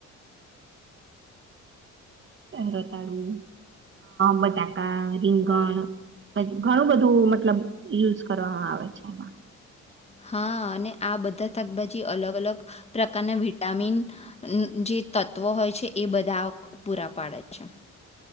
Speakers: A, on the right; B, on the left.
A: રતાડું, બટાકા, રીંગણ ઘણું બધું મતલબ યુઝ કરવામાં આવે છે, એમાં.
B: હા, અને આ બધા શાકભાજી અલગ અલગ પ્રકારના વિટામિન જે તત્વો હોય છે, એ બધા પૂરા પાડે છે.